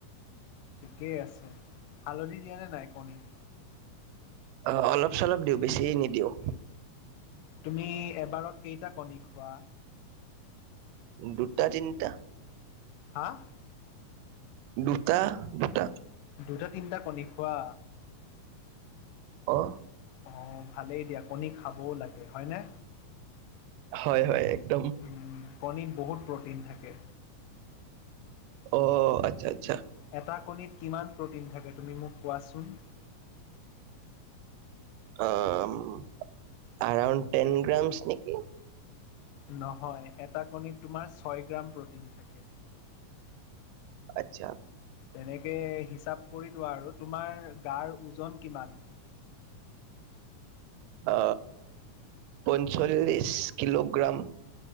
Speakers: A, on the left; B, on the right.
A: ঠিকেই আছে, হালধি দিয়া নে নাই কণীত?
B: অ' অলপ চলপ দিওঁ বেছি নিদিওঁ।
A: তুমি এবাৰত কেইটা কণী খোৱা।
B: দুটা তিনটা।
A: হাঁ।
B: দুটা- দুটা।
A: দুটা তিনিটা কণী খোৱা।
B: অ'।
A: অ' ভালেই দিয়া কণী খাবও লাগে হয়নে।
B: হয়- হয় একদম।
A: উম, কণীত বহুত প্ৰ'টিন থাকে।
B: অ' আচ্ছা- আ
A: এটা কণীত কিমান প্ৰ'টিন থাকে তুমি মোক কোৱাচোন।
B: অ' এৰাউণ্ড টেন গ্ৰামছ নেকি।
A: নহয় এটা কণীত তোমাৰ ছয় গ্ৰাম প্ৰ'টিন থাকে।
B: আত্ছা।
A: তেনেকে হিচাপ কৰি লোৱা আৰু তোমাৰ গাৰ ওজন কিমান।
B: আ পঞ্চল্লিশ কিলোগ্ৰাম।